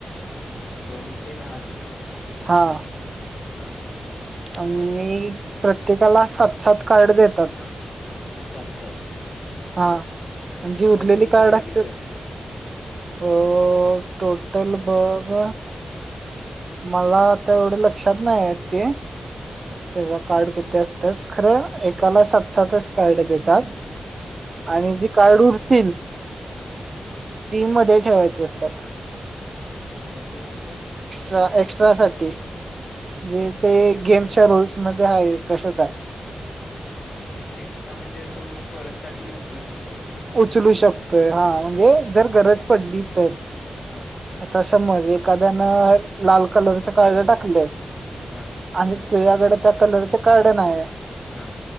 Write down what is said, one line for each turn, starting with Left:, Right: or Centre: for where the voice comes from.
Left: दोन ते दहा जण.
Right: हां.
Left: हां.
Right: आनी प्रत्येकाला सात सात कार्ड देतात.
Left: सात सात.
Right: हां मजी
Left: टोटल
Right: उरलेली कार्ड अस
Left: किती असतात
Right: हो टोटल भाग मला आता एवढ लक्षात नाहीयेत ते.
Left: हा
Right: तुझं कार्ड किती असत्यात खरं एकाला सात सातच कार्ड देतात.
Left: हा
Right: आणि जी कार्ड उरतील
Left: हा.
Right: ती मधे ठेवायची असतात.
Left: मधे का?
Right: रा एक्स्ट्रा साठी. जे ते गेमच्या रूल्समध्ये हायच तसच हाय.
Left: एक्स्ट्रा म्हणजे तू परत त्यातले उचलू शकतोस काय?
Right: उचलू शकतोय हा म्हणजे जर गरज पडली तर
Left: हा.
Right: आता समज एका त्यान लाल कलरचं कार्ड टाकलय.
Left: हा
Right: आणि तुयाकड त्या कलरच कार्ड नाय हाय
Left: हा